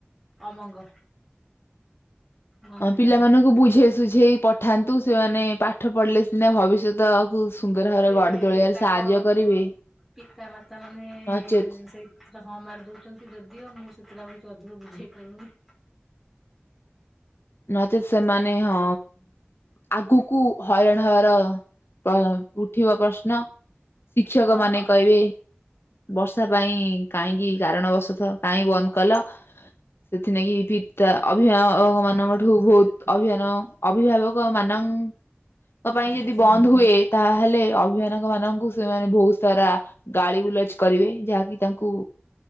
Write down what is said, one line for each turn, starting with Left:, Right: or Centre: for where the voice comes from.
Centre: ଅମଙ୍ଗ। ମଙ୍ଗୁନାହାନ୍ତି।
Left: ହ୍ନ ପିଲାମାନଙ୍କୁ ବୁଝେ ସୁଝେଇ ପଠାନ୍ତୁ ସେମାନେ ପାଠ ପଢ଼ିଲେ ସିନା ଭବିଷ୍ୟତକୁ ସୁନ୍ଦର ଭାବରେ
Centre: ସେ
Left: ଗଢି ତୋଳିବାରେ
Centre: ତାଙ୍କ
Left: ସାହାଯ୍ୟ କରିବେ
Centre: ପିତା ମାତା ମାନେ
Left: ନଚେତ୍
Centre: ସେଇ ସେଟା ହଁ ମାରି ଦଉଛନ୍ତି ଯଦିଓ ମୁଁ ସେଥିରେ ଆଉ କିଛି ଅଧିକ ବୁଝେଇ ପାରୁନି।
Left: ନଚେତ୍ ସେମାନେ ହଁ ଆଗକୁ ହଇରାଣ ହବାର ଉଠିବ ପ୍ରଶ୍ନ ଶିକ୍ଷକ
Centre: ହଁ
Left: ମାନେ
Centre: ହଁ।
Left: କହିବେ ବର୍ଷା ପାଇଁ କାହିଁକି କାରଣ ବସୁଥ କାହିଁ ବନ୍ଦ କଲ ସେଥିଲାଗି ପିତା ଅଭିଭାବକ ମାନଙ୍କ ଠୁ ବୋହୁତ୍ ଅଭିୟାନ ଅଭିଭାବକ ମାନଙ୍କ ଙ୍କ ପାଇଁ
Centre: ଆଜ୍ଞା
Left: ଯଦି ବନ୍ଦ ହୁଏ ତାହେଲେ ଅଭିଭାନକ ମାନଙ୍କୁ ସେମାନେ ବୋହୁତ୍ ସାରା ଗାଳି ଗୁଲଜ କରିବେ ଯାହାକି ତାଙ୍କୁ